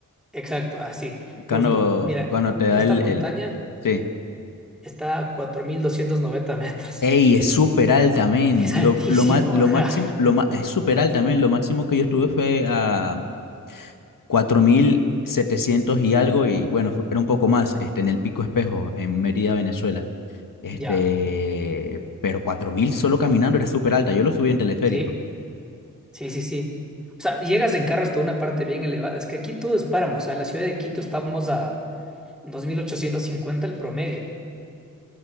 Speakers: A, in the centre; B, on the left.
A: Exacto, así, justo.
B: Cuando,
A: Mira,
B: cuando te da
A: esta
B: el,
A: montaña
B: el- sí.
A: está a 4.290 metros.
B: Ey, es súper alta,
A: <laughs>
B: men.
A: Es altísimo,
B: Lo, lo, ma- lo
A: ajá.
B: máximo, lo ma- es súper alta, men. Lo máximo que yo estuve fue a 4.700 y algo, y bueno, fu- era un poco más, este, en el Pico Espejo, en Mérida, Venezuela. Este,
A: Ya,
B: pero 4.000 solo caminando era súper alta. Yo lo subí en teleférico.
A: sí, sí, sí, sí. O sea, llegas en carro hasta una parte bien elevada. Es que aquí todo es páramo, o sea, la ciudad de Quito estamos a dos mil ochocientos cincuenta el promedio.